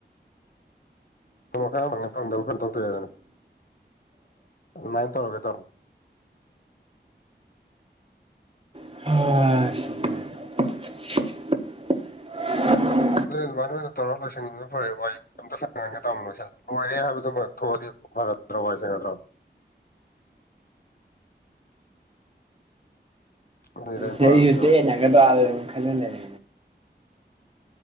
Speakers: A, on the left; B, on the right.
A: ꯐꯣꯡꯕ ꯈꯔ ꯑꯃꯦ ꯐꯪꯗꯕ ꯀꯣ ꯇꯧꯊꯣꯛꯑꯦꯗꯅ ꯑꯗꯨꯃꯥꯏꯅ ꯇꯧꯔꯒ ꯇꯧꯃꯣ
B: <unintelligible> <inaudible>
A: ꯑꯗꯨ ꯑꯗꯨꯃ ꯅꯣꯏꯗ ꯇꯧꯔꯒ ꯂꯣꯏꯁꯟꯅꯤꯡꯕꯅ ꯐꯔꯦ ꯋꯥꯏ ꯑꯝꯇ ꯁꯉꯒꯦ ꯇꯥꯃꯣ ꯂꯣꯏ ꯂꯣꯏꯔꯦ ꯍꯥꯏꯕꯗꯨꯃ ꯊꯣꯛꯑꯗꯤ ꯐꯔꯦ ꯇꯣꯋꯥꯏꯁꯦꯉ ꯊ꯭ꯔꯣ ꯑꯗꯨꯅꯤꯗ ꯑꯩꯅ
B: ꯁ
A: ꯄꯥꯝꯃꯤꯁꯤꯅ
B: ꯑꯩꯁꯨ ꯆꯦꯟꯅꯒꯗ꯭ꯔꯥꯗꯅꯨꯛ ꯈꯟꯅ ꯂꯩ